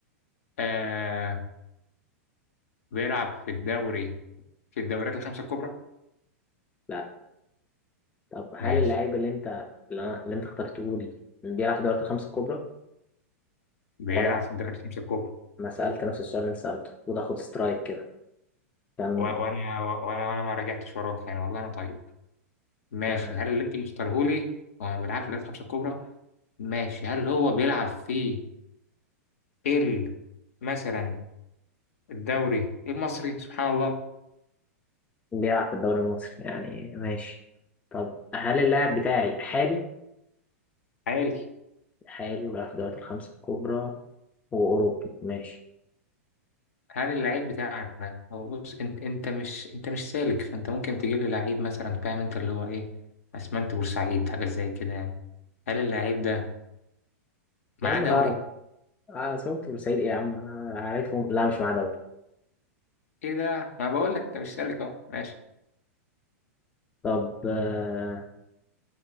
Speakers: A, on the left (about 65°); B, on the left (about 15°).
A: آه بيلعب في الدوري في الدوريات الخمسة الكبرى
B: لا طب هل
A: ماشي
B: اللاعب اللي انت اللي أنا- اللي انت اخترته لي بيلعب في دوري الخمسة الكبرى
A: بيلعب
B: ولا
A: في الدوريات الخمسة الكبرى
B: انا سألت نفس السؤال اللي انت سألته وده خد سترايك كده كان
A: و- وأنا وأنا وأنا ما رجعتش وراك يعني والله أنا طيب ماشي
B: آه،
A: هل اللي أنت مختاره لي هو ما بيلعبش في الدوريات الخمسة الكبرى ماشي هل هو بيلعب في ال مثلا الدوري المصري سبحان الله
B: بيلعب في الدوري المصري يعني ماشي طب هل اللاعب بتاعي حالي
A: عالي
B: حالي وبيلعب في دوري الخمسة الكبرى وأوروبي ماشي
A: هل اللعيب بتاعنا هو بص انت انت مش انت مش سالك فانت ممكن تجيب لي لعيب مثلا فاهم انت اللي هو ايه اسمنت بورسعيد حاجه زي كده يعني هل اللعيب ده معاه
B: يا عم
A: دوري
B: العرب آه سمعت بورسعيد ايه يا عم انا عارفهم لا مش معاه دوري
A: ايه ده ما بقول لك انت مش سالك اهو ماشي
B: طب آه،